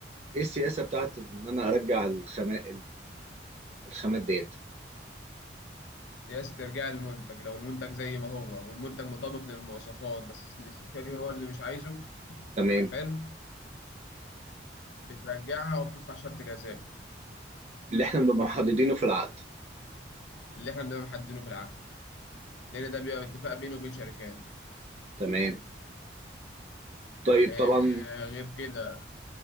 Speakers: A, on the right (about 35°); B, on the left (about 75°).
A: ايه السياسه بتاعت ان انا ارجع الخامات الخامات ديت
B: سياسه ارجاع المنتج لو المنتج زي ما هو والمنتج مطابق للمواصفات بس الاستشاري هو اللي مش عايزه
A: تمام
B: حلو بترجعها وبتدفع شرط جزائي
A: اللي احنا بنبقى محددينه في العقد
B: اللي احنا بنبقى محددينه في العقد لان ده بيبقى باتفاق بينه وبين شركات
A: تمام طيب
B: آه،
A: طبعا
B: غير كده